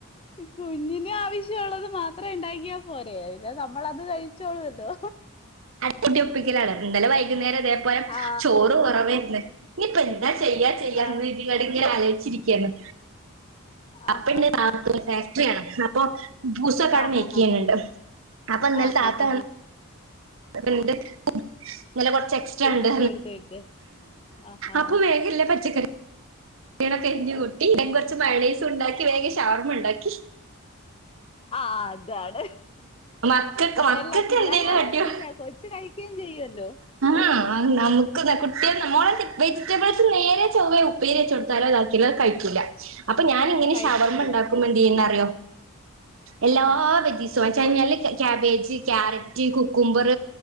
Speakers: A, on the left (about 25°); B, on the right (about 60°).
A: കുഞ്ഞിന് ആവശ്യംള്ളത് മാത്രേ ഉണ്ടാക്കിയാൽ പോരേ അതിെ നമ്മള അത് കഴിച്ചോളൂല്ലോ
B: അട്ടി ഒപ്പിക്കലാണ് ഇന്നലെ വൈകുന്നേരം ഇതേപോലെ
A: ആ
B: ചോറ് കുറവന്ന് ഇനിയിപ്പ എന്താ ചെയ്യ ചെയ്യാം
A: ആ
B: എന്ന് ഇന്നട് ഇങ്ങനെ ആലോചിച്ചിരിക്കുകയാണ് അപ്പ
A: ആഹാ
B: ന ഫാക്ടറിയാണ് അപ്പൊ പൂസൊക്കാട
A: ആഹാഹാ
B: മേക്ക ചെയുന്നുണ്ട് അപ്പൊ ഇന്നല
A: ആഹാഹാ
B: താത്ത വന്ന് അണ്ട് ഇല കൊറച്ച് എക്സ്ട്രാ
A: കുബൂസ്
B: ഉണ്ട്
A: കൊടുത്തിട്ട് ആഹാ
B: അപ്പൊ മേഘല്ലേ പച്ചക്കറി നൊക്കെ എഞ് കുട്ടി എ കുറച്ച് മണേസം ഉണ്ടാക്കി വേഗം ഷവർമ ഉണ്ടാക്കി
A: ആ അതാണ്
B: മക്കക്ക മക്കക്കെ
A: എല്ലാ പിള്ളേരാവുമ്പോ
B: എന്തെലും പട്ടിയോ
A: പിന്നെ ക- കൊച്ച് കഴിക്കുകയും ചെയ്യുമല്ലോ
B: ആ നമക്ക് കുട്ടിക നമ്മള വെജിറ്റബിൾസ് നേരെ ചൊവേ ഉപ്പേരി വച്ച കൊടുത്താലോ അതാക്കിലോ കഴിക്കും ല്ല അപ്പൊ ഞാന ഇങ്ങനെ
A: കഴിക്കൂല്ല
B: വർമ ഉണ്ടാക്കും വേണ്ടിന്ന അറിയോ എല്ലാ
A: ആ
B: ബജ സച്ചഴിഞ്ഞാല് കാബേജ് ക്യാരറ്റ് കുക്കുംമ്പർ